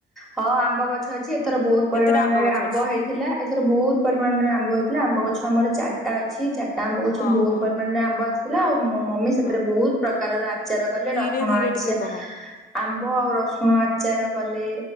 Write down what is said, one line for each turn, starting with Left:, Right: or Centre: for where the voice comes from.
Centre: ହଁ ଆମ୍ବ ଗଛ ଅଛି ଏଥର ବହୁତ
Left: କେତେଟା
Centre: ପରିମାଣରେ
Left: ଗଛ
Centre: ଆମ୍ବ
Left: ଅଛି
Centre: ହେଇଥିଲା। ଏଥର ବୋହୁତ୍ ପରିମାଣରେ ଆମ୍ବ ହେଇଥିଲା ଆମ୍ବ ଗଛ ଆମର ଚାରିଟା ଅ ଛି ଚାର୍ଟା ଆମ୍ବ ଗଛରୁ
Left: ହଁ
Centre: ବହୁତ
Left: ହଁ
Centre: ପରିମାଣରେ ଆମ୍ବ ଆ ଥିଲା ଆଉ ମୋ ମମି ସେଥିରେ
Left: ହଁ।
Centre: ବହୁତ୍ ପ୍ରକାରର ଆଚାର କଲେ
Left: ଧୀରେ
Centre: ରସୁଣ
Left: ଧୀରେ
Centre: ଆଚା
Left: ଟିକେ କହ ହଁ
Centre: ଆମ୍ବ ଆଉ ରସୁଣ ଆଚାର କଲେ